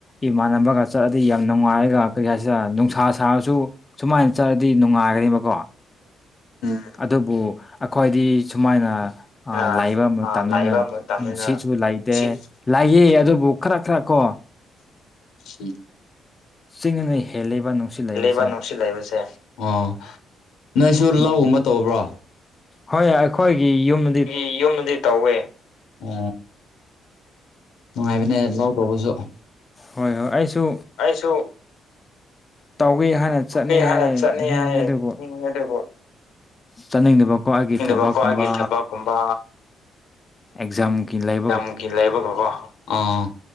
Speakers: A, on the left; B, on the left.
A: ꯏꯃꯥꯟꯅꯕꯒ ꯆꯠꯔꯗꯤ ꯌꯥꯝ ꯅꯨꯡꯉꯥꯏꯔꯒ ꯀꯔꯤ ꯍꯥꯏꯁꯤꯔ ꯅꯨꯡꯁꯥ ꯁꯥꯔꯁꯨ ꯁꯨꯃꯥꯏꯟ ꯆꯠꯔꯗꯤ ꯅꯨꯡꯉꯥꯏꯒꯅꯦꯕꯀꯣ
B: ꯎꯝ
A: ꯑꯗꯨꯕꯨ ꯑꯩꯈꯣꯏꯗꯤ ꯁꯨꯃꯥꯏꯅ ꯑ
B: ꯑꯥ
A: ꯂꯥꯏꯕ ꯃꯇꯝꯅꯤꯅ
B: ꯂꯩꯕ ꯃꯇꯝꯅꯤꯅ
A: ꯅꯨꯡꯁꯤꯠꯁꯨ
B: ꯅꯨꯡꯁꯤꯠ
A: ꯂꯩꯇꯦ ꯂꯥꯏꯌꯦ ꯑꯗꯨꯕꯨ ꯈꯔ ꯈꯔ ꯀꯣ
B: ꯎ
A: ꯆꯤꯡꯅ ꯍꯦꯜꯂꯤꯕ ꯅꯨꯡꯁꯤꯠ ꯂꯩꯕꯁꯦ
B: ꯂꯩꯕ ꯅꯨꯡꯁꯤꯠ ꯂꯩꯕꯁꯦ ꯑꯣ ꯅꯣꯏꯁꯨ
A: ꯑꯗꯨ
B: ꯂꯧꯒꯨꯝ ꯑꯃ ꯇꯧꯕ꯭ꯔꯣ
A: ꯍꯣꯏ ꯑꯩꯈꯣꯏꯒꯤ ꯌꯨꯝ
B: ꯑꯩꯒꯤ ꯌꯨꯝꯗꯤ ꯇꯧꯋꯦ ꯎ ꯅꯨꯡꯉꯥꯏꯕꯅꯦ ꯂꯧ ꯇꯧꯕꯁꯨ
A: ꯍꯣꯏ ꯍꯣꯏ ꯑꯩꯁꯨ
B: ꯑꯩꯥꯏꯁꯨ
A: ꯇꯧꯒꯦ ꯍꯥꯟꯅ
B: ꯍꯧꯒꯦ
A: ꯆꯠꯅꯤ
B: ꯍꯥꯟꯅ
A: ꯍꯥꯏ
B: ꯆꯠꯅꯤ
A: ꯅꯤꯡꯅꯤ
B: ꯍꯥꯏ
A: ꯑꯗꯨꯕꯨ
B: ꯑꯗꯨꯕꯨ
A: ꯆꯠꯅꯤꯡꯕꯀꯣꯠ ꯑꯩꯒꯤ
B: ꯅꯤꯡꯗꯕꯀꯣ
A: ꯊꯕꯛꯀꯨꯝꯕ
B: ꯑꯩꯒꯤ ꯊꯕꯛꯀꯨꯝꯕ
A: ꯑꯦꯛꯖꯥꯝ ꯀ ꯂꯥꯏ
B: ꯌꯥꯝꯃꯨꯀꯤ ꯂꯩꯕꯒꯀꯣ ꯑꯥ